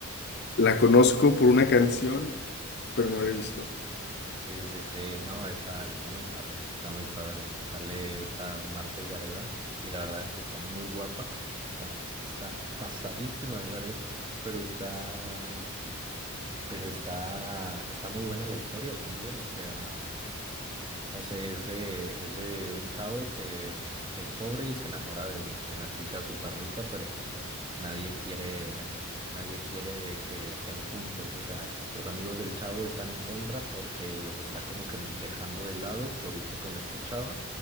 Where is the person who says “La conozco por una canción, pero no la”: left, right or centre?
Left